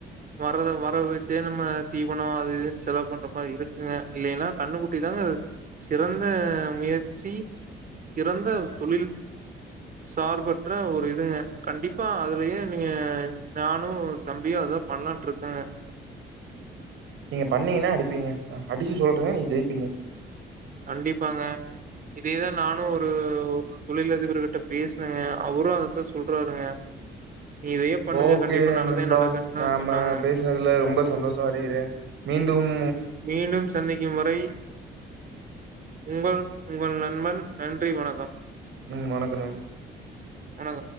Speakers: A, on the right; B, on the right.
A: வரத வரவு வச்சே நம்ம தீவனம் அது இதுன்னு செலவு பண்ற மாதிரி இருக்குங்க இல்லைன்னா கண்ணுக்குட்டி தாங்க சிறந்த முயற்சி சிறந்த தொழில் சார்பற்ற ஒரு இதுங்க கண்டிப்பா அதுலயே நீங்க நானும் தம்பியும் அததான் பண்ணலான்ட்டு இருக்கேங்க
B: நீங்க பண்ணீங்கன்னா அடிப்பீங்க அடிச்சு சொல்றேன்ங்க நீங்க ஜெய்ப்பீங்க
A: கண்டிப்பாங்க இதேதான் நானும் ஒரு ஒரு‌ தொழிலதிபர்கிட்ட பேசுனேங்க அவரும் அதத்தான் சொல்றாருங்க இதையே பண்ணுங்க
B: ஓகே
A: கண்டிப்பா நல்லதே
B: நண்பா
A: நடக்குன்னு தான்
B: நாம
A: சொன்னாங்க.
B: பேசுனதுல ரொம்ப சந்தோஷம் அடைகிறேன். மீண் டும்
A: மீண்டும் சந்திக்கும் வரை உங்கள் உங்கள் நண்பன் நன்றி வணக்கம்
B: உம் வணக்கம்
A: வணக்கம்.